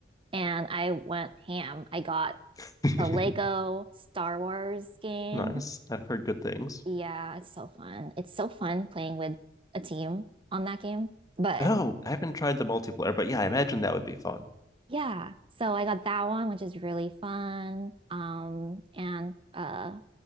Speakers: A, on the right; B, on the left.
A: and I went ham. I got
B: <laughs>
A: a Lego Star Wars game.
B: Nice. I've heard good things.
A: Yeah, it's so fun. It's so fun playing with a team on that game. But
B: Oh, I haven't tried the multiplayer, but yeah, I imagine that would be fun.
A: yeah, so I got that one, which is really fun. Um, and uh